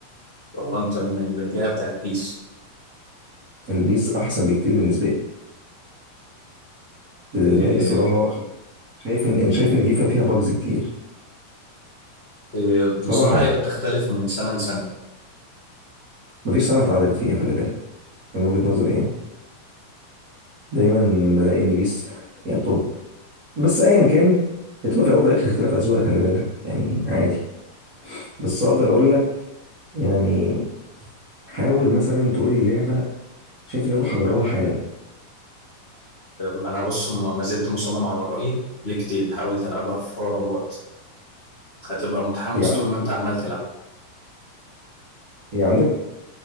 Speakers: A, on the left; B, on the right.
A: وانت من الجهه بتاعت بيس
B: البيس احسن بكتير بالنسبه لي بالنسبه
A: إيه،
B: لي الصراحه عشان شايف ان إن شايف ان فيفا فيها باجز كتير
A: إيه،
B: بصراحه
A: بصراحه
B: يعني
A: هي بتختلف من سنه لسنه
B: مفيش سنه اتعدلت فيها خلي بالك من وجهه نظري يعني دايما بلاقي ان بيس يعني توب بس ايا كان بتبقى في الاول وفي الاخر اختلاف اذواق خلي بالك يعني عادي بس اقدر اقول لك يعني حاول مثلا تقول لي لعبه شايف ان انا اروح اجربها حالا
A: آه، انا بص م- ما زلت مصمم على رايي كتير حاولت العبها في اقرب وقت هتبقى متحمس
B: هي عندك
A: طول ما
B: طيب
A: انت عمال تلعب
B: هي عندك